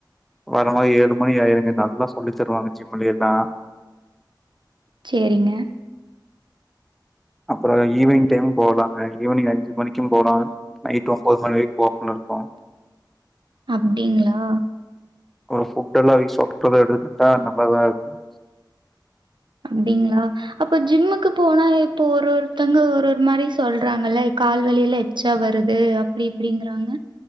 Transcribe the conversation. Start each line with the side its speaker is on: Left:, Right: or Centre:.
Centre: வர மாரி ஏழு மணி ஆயிருங்க நல்லா சொல்லி தருவாங்க ஜிம்ல எல்லாம்
Right: சேரிங்க
Centre: அப்பறம் ஈவினிங் டைம் போகலாங்க ஈவினிங் அஞ்சு மணிக்கும் போலாம் நைட் ஒன்பது மணி வரைக்கும் ஓபன்ல இருக்கு
Right: அப்டிங்களா
Centre: ஒரு ஃபுட்ல்லா ரீஸ்டாக்ல இருந்து எடுத்தா நல்லாதான் இருக்கும்
Right: அப்டிங்களா அப்ப ஜிம்முக்கு போனா இப்போ ஒரு ஒருத்தங்க ஒரு ஒரு மாதிரி சொல்றாங்கல்ல கால்வலியிலா உச்சா வருது அப்டி இப்டிங்கறாங்க